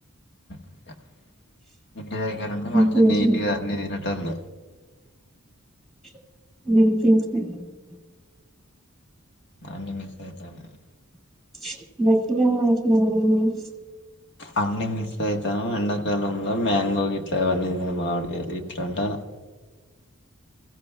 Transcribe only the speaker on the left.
<inaudible> ఇంటి దగ్గరుంటే మంచిగ
నీట్గా అన్ని తినే అంటన్న
అన్ని మిస్ అయితాన్నయి.
అన్ని మిస్ అయితాన్న ఎండాకాలంల మ్యాం గో గిట్లా అవన్నీ మామిడి కాయలే ఇట్లాంటనా